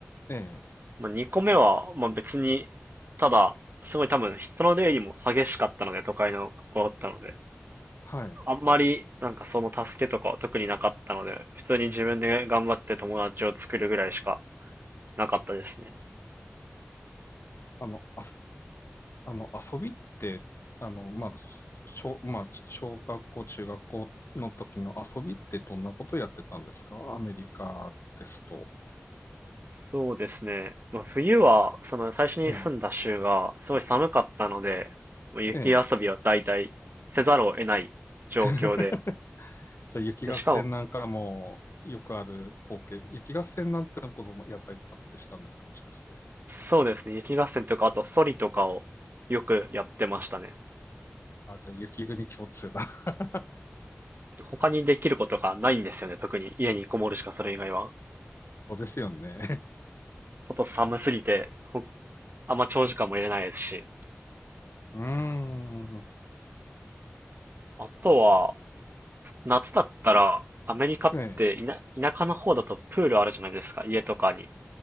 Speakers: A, on the left; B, on the right.
A: ええ
B: まあ、2個目は、まあ、別に、ただ、すごい多分人の出入りも激しかったので、都会の学校だったので、
A: はい。
B: あんまりなんかその助けとかは特になかったので、普通に自分で頑張って友達を作るぐらいしかなかったですね。
A: あの、あ、あの、遊びって、あの、まあ、小、まあ、小学校、中学校の時の遊びってどんなことやってたんですかアメリカですと。
B: そうですね。まあ、冬は、その最初に住んだ州がすごい寒かったので、
A: ええ、
B: まあ雪遊びは大体せざるを得ない状況で、
A: ええ。<laughs> じゃあ、雪合戦なんかもよくある光景。
B: で、しかも、
A: 雪合戦なんてのこともやったりとかってしたんですかもしかして。
B: そうですね、雪合戦とか、あとソリとかをよくやってましたね。
A: あ、じゃあ、雪国共通だ。<laughs>
B: 他にできることがないんですよね、特に家にこもるしかそれ以外は。
A: そうですよね。
B: ちょっと寒すぎて、ほあんま長時間もいれないですし。
A: <laughs> うーん。
B: あとは、夏だったら、アメリカって田、
A: ええ。
B: 田舎の方だとプールあるじゃないですか、家とかに。